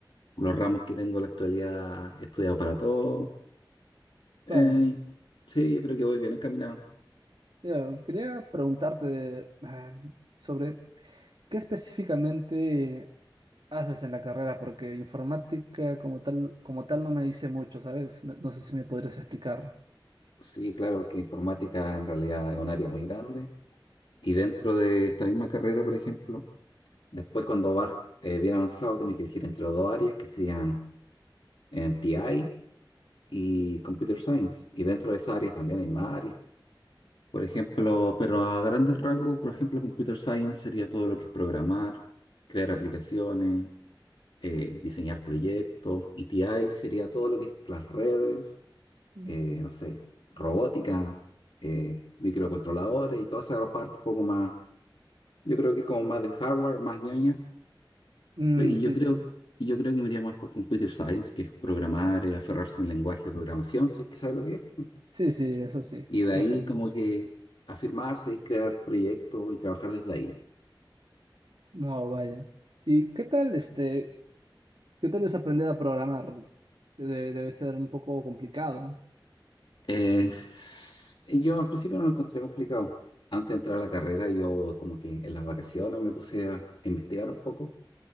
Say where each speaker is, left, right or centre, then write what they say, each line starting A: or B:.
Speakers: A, on the left (about 75°); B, on the right (about 75°).
A: Los ramos que tengo en la actualidad he estudiado para todo.
B: Claro,
A: Eh, sí, yo creo que voy bien encaminado.
B: ya, quería preguntarte ah, sobre qué específicamente haces en la carrera, porque informática como tal, como tal no me dice mucho, ¿sabes? Me- No sé si me podrías explicar.
A: Sí, claro que informática en realidad es un área muy grande. Y dentro de esta misma carrera, por ejemplo, Después, cuando vas eh, bien avanzado, tienes que elegir entre dos áreas que serían en TI y Computer Science. Y dentro de esas áreas también hay más áreas. Por ejemplo, pero a grandes rasgos, por ejemplo, Computer Science sería todo lo que es programar, crear aplicaciones, eh, diseñar proyectos. Y TI sería todo lo que es las redes,
B: Ujú.
A: eh, no sé, robótica, eh, microcontroladores y toda esa parte un poco más, yo creo que es como más de hardware, más ñoña
B: Mm,
A: Pe- Y yo
B: sí,
A: creo,
B: sí.
A: y yo creo que me iría más por computer science, que es programar, eh, aferrarse a un lenguaje de programación, si es que sabe lo que es.
B: Sí, sí, eso sí,
A: Y de
B: más
A: ahí
B: o menos.
A: como que afirmarse y crear proyectos y trabajar desde ahí.
B: No, vaya. ¿Y qué tal este? que tal vez aprender a programar debe, debe ser un poco complicado.
A: Eh, s- y yo al principio no lo encontré complicado. Antes de entrar a la carrera, yo como que en las vacaciones me puse a, a investigar un poco